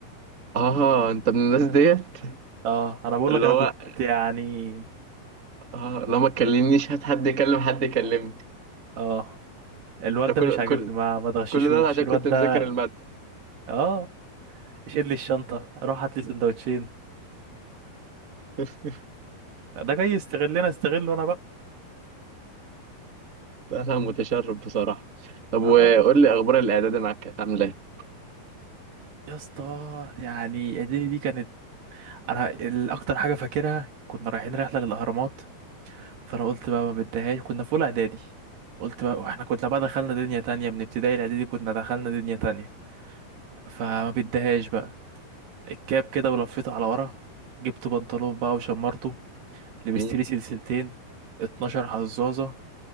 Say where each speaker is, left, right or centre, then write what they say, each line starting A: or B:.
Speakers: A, on the right; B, on the right.
A: اه انت من الناس ديت
B: اه انا بقول
A: اللي
B: لك انا
A: هو
B: كنت يعني
A: اه لو ما تكلمنيش هات حد يكلم حد يكلمني
B: اه الواد
A: ده كل
B: ده مش عاجبني
A: كل
B: ما ما تغششوش
A: كل ده عشان
B: الواد
A: كنت مذاكر
B: ده
A: المادة
B: اه شيل لي الشنطه روح هات لي سندوتشين
A: <laughs>
B: ده جاي يستغلنا استغله انا بقى
A: لا لا متشرب بصراحة طب وقول
B: اه
A: لي أخبار الإعداد معاك كانت عاملة إيه؟
B: يا اسطى يعني اعدادي دي كانت انا الاكتر حاجه فاكرها كنا رايحين رحله للاهرامات فانا قلت بقى ما بديهاش كنا في اولى اعدادي قلت بقى واحنا كنا بقى دخلنا دنيا تانية من ابتدائي الاعدادي كنا دخلنا دنيا تانية فما بديهاش بقى الكاب كده ولفيته على ورا جبت بنطلون بقى وشمرته لبست
A: مم،
B: لي سلسلتين 12 حزازه